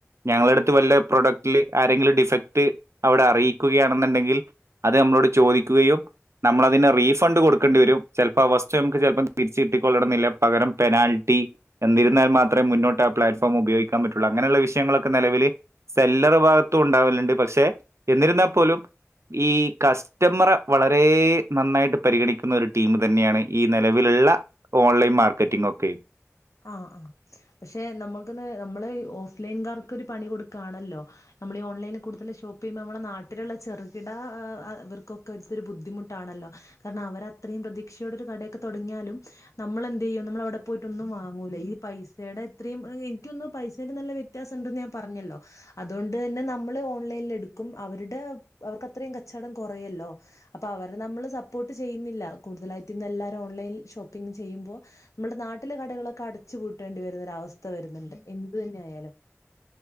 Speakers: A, on the right; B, on the left.
A: ഞങ്ങടെ അടുത്ത് വല്ല പ്രോഡക്റ്റില് ആരെങ്കിലും ഡിഫക്ട് അവിടെ അറിയിക്കുകയാണെന്നുണ്ടെങ്കിൽ അത് നമ്മളോട് ചോദിക്കുകയും നമ്മളതിന് റീഫണ്ട് കൊടുക്കേണ്ടി വരും ചെലപ്പോ ആ വസ്തു നമുക്ക് ചെലപ്പം തിരിച്ച് കിട്ടിക്കൊള്ളണം എന്നില്ല പകരം പെനാൽറ്റി എന്നിരുന്നാൽ മാത്രേ മുന്നോട്ട് ആ പ്ലാറ്റ്ഫോം ഉപയോഗിക്കാൻ പറ്റുള്ളൂ അങ്ങനെയുള്ള വിഷയങ്ങളൊക്കെ നിലവില് സെല്ലറ് ഭാഗത്തും ഉണ്ടാവലുണ്ട് പക്ഷെ എന്നിരുന്നാ പോലും ഈ കസ്റ്റമറെ വളരെ നന്നായിട്ട് പരിഗണിക്കുന്ന ഒരു ടീമ് തന്നെയാണ് ഈ നെലവിലുള്ള ഓൺലൈൻ മാർക്കറ്റിംഗ് ഒക്കെയും
B: ആഹ് ആഹ് പക്ഷെ നമ്മുക്കിന്ന് നമ്മള് ഓഫ് ലൈൻകാർക്കൊരു പണി കൊടുക്കാണല്ലോ നമ്മള് ഈ ഓൺലൈനി കൂടുതൽ ഷോപ്പ് ചെയ്യുമ്പോ നമ്മുടെ നാട്ടിലുള്ള ചെറുകിട ആ ഇവർക്കൊക്കെ ഒരുതരം ബുദ്ധിമുട്ടാണല്ലോ കാരണം അവരത്രയും പ്രതീക്ഷയോടെ ഒരു കടയൊക്കെ തൊടങ്ങിയാലും നമ്മള് എന്ത് ചെയ്യും നമ്മള് അവിടെ പോയിട്ട് ഒന്നും വാ ങ്ങൂല ഈ പൈസയുടെ ഇത്രയും എനിക്ക്‌ തോന്നുന്നു പൈസേടെ നല്ല വ്യത്യാസം ഉണ്ടെന്ന് ഞാൻ പറഞ്ഞല്ലോ അതുകൊണ്ട് തന്നെ നമ്മള് ഓൺലൈനില് എടുക്കും അവരുടെ അവർക്ക് അത്രയും കച്ചവടം കൊറയുവല്ലോ അപ്പൊ അവരെ നമ്മള് സപ്പോർട്ട് ചെയ്യുന്നില്ല കൂടുതലായിട്ട് ഇന്ന് എല്ലാരും ഓൺലൈനിൽ ഷോപ്പിംഗ് ചെയ്യുമ്പോ നമ്മുടെ നാട്ടിലെ കടകളൊക്കെ അടച്ചുപൂട്ടേണ്ടി വരുന്ന ഒരവസ്ഥ വരുന്നുണ്ട് എന്ത് തന്നെ ആയാലും